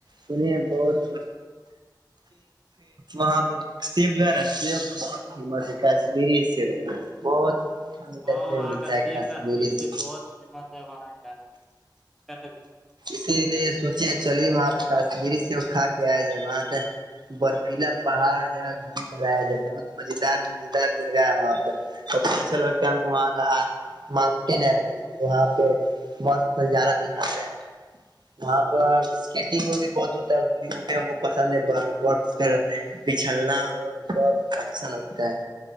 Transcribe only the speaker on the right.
سنیے بہت وہاں پہ شیب جو ہے نا شی بہت فیمس ہے کشمیری شی بہت میٹھا
سیب
ملتا
ہے
کشمیری
سیب
اسی لیے سوچے چلیے وہاں پہ کشمیری سے وہ کھا کے آیا جائے وہاں کا برفیلا پہاڑ جگہ گھوم کر آیا جائے بہت مزار مزیدار جگہ ہے وہاں پر ب اچھا لگتا ہے ہم کو وہاں کا ماؤنٹین اییج وہاں پہ مجارہ دکھاتے ہیں وہاں پر اسکیٹنگ وہ بھی بہت ہوتا ہے ہم کو پسند ہے ب پ بچھلنا اور اس کا اچھا لگتا ہے